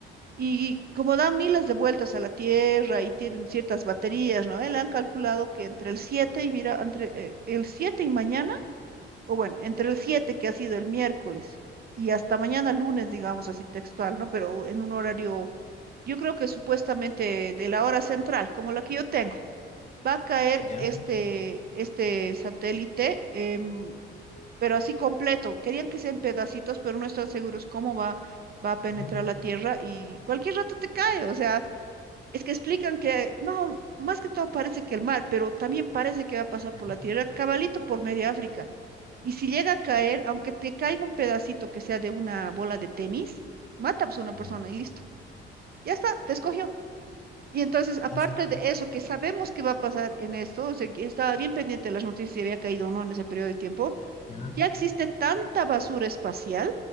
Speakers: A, on the right; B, on the left.
A: Y como dan miles de vueltas a la Tierra y tienen ciertas baterías, ¿no? Eh, Le han calculado que entre el 7 y mira, entre eh, el 7 y mañana, o bueno, entre el 7 que ha sido el miércoles y hasta mañana lunes, digamos así textual, ¿no? Pero en un horario yo creo que supuestamente de la hora central, como la que yo tengo, va a caer
B: ya,
A: este, este satélite, em, pero así completo. Querían que sean pedacitos, pero no están seguros cómo va, va a penetrar
B: ujú,
A: la Tierra y cualquier rato te cae. O sea, es que explican que, no, más que todo parece que el mar, pero también parece que va a pasar por
B: ya,
A: la Tierra, cabalito por media África. Y si llega a caer, aunque te caiga un pedacito que sea de una bola de tenis, mata pues, a una
B: ya.
A: persona y listo. Ya está, te escogió. Y entonces, aparte
B: O sea,
A: de eso, que sabemos que va a pasar en esto, o sea, que estaba bien pendiente de las noticias si había caído o no en ese periodo de tiempo,
B: ya,
A: ya existe tanta basura espacial